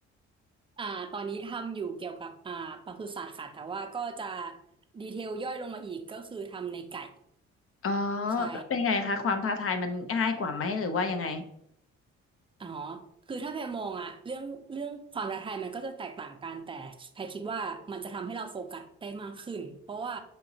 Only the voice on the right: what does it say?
อ่าตอนนี้ทำอยู่เกี่ยวกับอ่าปศุสัตว์ค่ะแต่ว่าก็จะดีเทลย่อยลงมาอีกก็คือทำในไก่
ใช่
อ๋อคือถ้าแพรมองอะเรื่องเรื่องความท้าทายมันก็จะแตกต่างกันแต่แพรคิดว่ามันจะทำให้เราโฟกัสได้มากขึ้นเพราะว่า